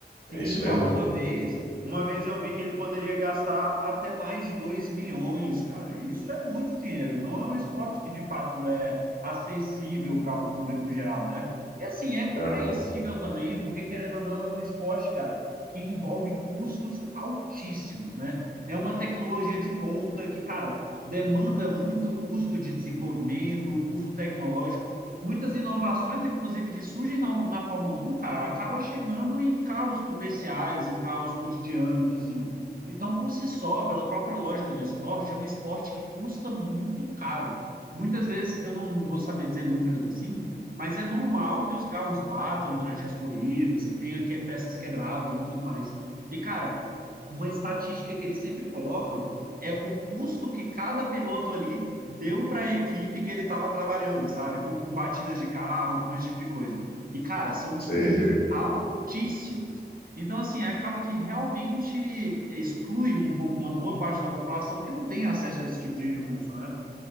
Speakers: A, on the left; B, on the right.
A: É
B: Sim,
A: isso
B: cara,
A: mesmo?
B: uma vez, uma vez eu vi que ele poderia gastar até mais de 2 milhões, cara. Isso é muito dinheiro, não é um esporte que de fato é acessível para um público geral, né? E assim, é compreensível
A: Aham,
B: também, porque querendo ou não, é um esporte, cara, que envolve custos altíssimos, né? É uma tecnologia de ponta que, cara, demanda muito custo de desenvolvimento, custo tecnológico muitas inovações, inclusive, que surgem na, na Fórmula 1, cara, acaba chegando em carros comerciais, em carros cotidianos, assim. Então, por si só, pela própria lógica do esporte, é um esporte que custa muito caro. Muitas vezes, eu não vou saber dizer números assim, mas é normal que os carros batam durante as corridas, que tenha que- peças quebradas e tudo mais. E, cara, uma estatística que eles sempre colocam é o custo que cada piloto ali deu para a equipe que ele estava trabalhando, sabe? Com batidas de carro, com esse tipo de coisa. E, cara, são
A: sei.
B: custos altíssimos. Então, assim, acaba que realmente exclui um pouco uma boa parte da população que não tem acesso a esse tipo de recurso, né?